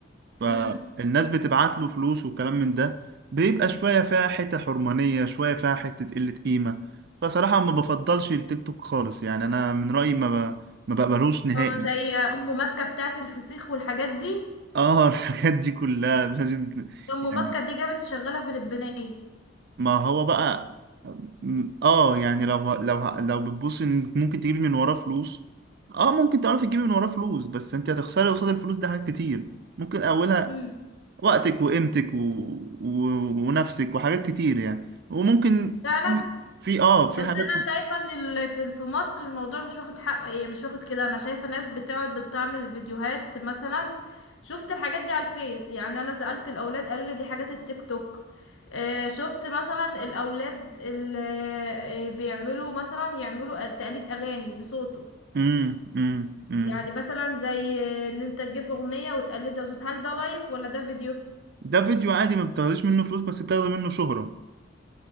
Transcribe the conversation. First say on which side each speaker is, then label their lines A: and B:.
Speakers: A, on the right; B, on the left.
A: فالناس
B: امم
A: بتبعت له فلوس وكلام من ده بيبقى شوية فيها حتة حرمانية شوية فيها حتة قلة قيمة فصراحة ما بفضلش التيك توك خالص يعني أنا من رأيي ما ب... ما بقبلوش نهائي
B: اه زي ام مكة بتاعت الفسيخ والحاجات دي
A: اه <laughs> الحاجات دي كلها لازم
B: ام
A: يعني
B: مكة دي جابت شغالة فلبينية
A: ما هو بقى اه آه، يعني لو لو لو بتبص ان ممكن تجيبي من وراه فلوس اه ممكن تعرفي تجيبي من وراه فلوس بس انت هتخسري قصاد الفلوس ده حاجات كتير ممكن اولها
B: امم
A: وقتك وقيمتك و... و... ونفسك وحاجات كتير يعني وممكن
B: فعلا
A: في في اه في
B: بس
A: حاجات
B: انا شايفه ان ال- في في مصر الموضوع مش واخد حقه ايه مش واخد كده انا شايفه ناس بتقعد بتعمل فيديوهات مثلا شفت الحاجات دي على الفيس يعني انا سألت الاولاد قالوا لي دي حاجات التيك توك آه، شفت مثلا الاولاد اللي بيعملوا مثلا يعملوا تقليد اغاني بصوته
A: امم امم امم
B: يعني مثلا زي آه، ان انت تجيب اغنيه وتقلدها بصوت هل ده لايف ولا ده فيديو
A: ده فيديو عادي ما بتاخديش منه فلوس بس بتاخدي منه شهرة